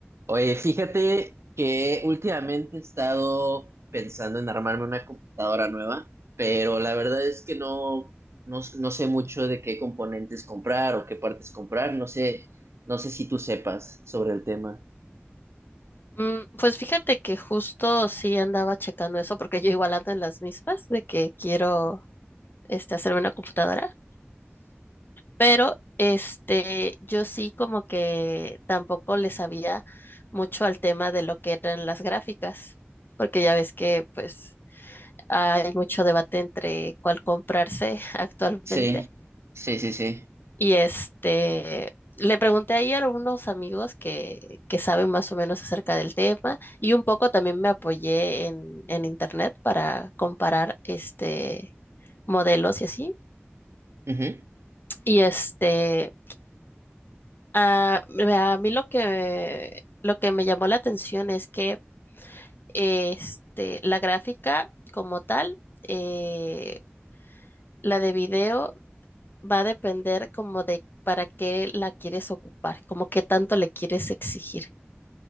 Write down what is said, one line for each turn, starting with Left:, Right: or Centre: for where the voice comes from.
Right: Oye, fíjate que últimamente he estado pensando en armarme una computadora nueva, pero la verdad es que no, no, no sé mucho de qué componentes comprar o qué partes comprar. No sé, no sé si tú sepas sobre el tema.
Left: Mm, Pues fíjate que justo sí andaba checando eso, porque yo igual ando en las mismas de que quiero este, hacerme una computadora, pero este, yo sí como que tampoco le sabía mucho al tema de lo que eran las gráficas, porque ya ves que pues hay mucho debate entre cuál comprarse <laughs> actualmente.
Right: Sí, sí, sí, sí.
Left: Y este, le pregunté ahí a unos amigos que, que saben más o menos acerca del tema y un poco también me apoyé en, en internet para comparar este modelos y así.
Right: Ujú.
Left: Y este, a, a mí lo que, lo que me llamó la atención es que este, la gráfica como tal, eh, la de video va a depender como de para qué la quieres ocupar, como qué tanto le quieres exigir.